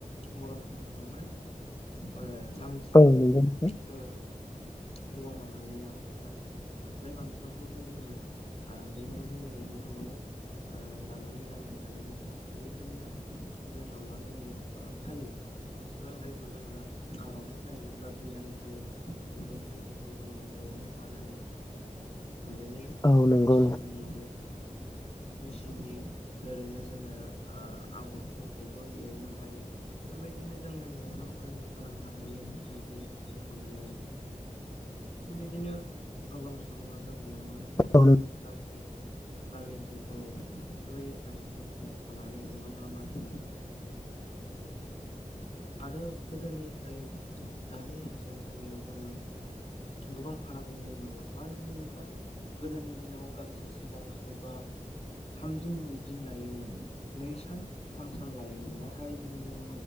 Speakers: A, on the left (about 50°); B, on the left (about 25°).
A: बर' समाव <unintelligible> गामसा
B: औ नंगौ नोंथां
A: जोंङो हौवा माहारिया गामसा गानो। बे गामसाखौबो जोङो ओ बेदिनो ओरैनो न'आव ओ दानानै गाननो हायो। बेबायदिनो जोंनाव मा दङ ओ फालि फारस्रा जायखौ जोंङो आरनाइ फालियो बा बियान फालि बेफोरबायदिखौ जोंङो नआवनो दानानै नआवनो ओ बेनि मेचिननि
B: औ नंगौ
A: <unintelligible> मेचिननि ओरैनो जोङो ओ आगरफोरखौबो एरनो हायो। बेबायदिनो जोङो न'आवनो फालांगि खालामनो हायो। हिसानसालि फसंथाननानै बेबायदिनो गोबां सुबुङा गामियावनो
B: नोंथां
A: ओ गामि ग्रामि ओनसोलफोराव बेबायदि औ ओ फानानै गोबां रां आरिनायखौ जों नुनो मोनगासिनो दङ। आरो गोदोनिफ्राय दानि हिनसालियाव जोङो गोबां फाराग नुनो मोनदों। मानो होनोब्ला गोदोनि दिनाव गांसे सि दानांगौ बा थामदिन नैदि दिन लायोमोन नै सान थाम सान लायोमोन। नाथाय दिनैनि